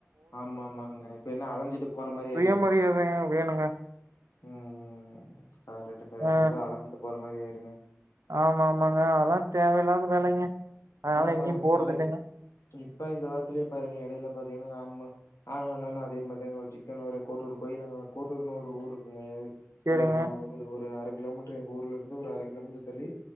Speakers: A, on the left (about 85°); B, on the right (about 85°).
A: ஆமா ஆமாங்க இப்ப என்ன அலஞ்சிட்டு போற மாரி
B: சுயமரியாதைங்க
A: ஆயிருங்க
B: வேணுங்க
A: உம் உம் உம் கரெட்டு கரெட்டுங்க
B: ஆ
A: ஏதோ அளஞ் போற மாரி ஆயிருங்க
B: ஆமா ஆமாங்க அதா தேவயில்லக்கு வேலிங்க அதனால
A: ஆமாங்க.
B: எங்கேயு
A: இப்ப
B: போறது
A: நாளைக்கு
B: இல்லிங்க
A: இப்ப இந்த வாரத்துலயே பாருங்க இடையில பாத்தீங்கன்னா நம்ம நானு அண்ணணு அதே மாரிதாங்க ஒரு சிக்கனூரு கோட்டூர் போய் நாங்க கோட்டூர்ன்னனு ஒரு ஊர் இருக்குங்க
B: சேரிங்க
A: ஒரு அ ஒரு இல்ல ஒரு அ கிலோமீட்டர் எங்க ஊர்ல இருந்து ஒரு அர கிலோமீட்டர் தள்ளி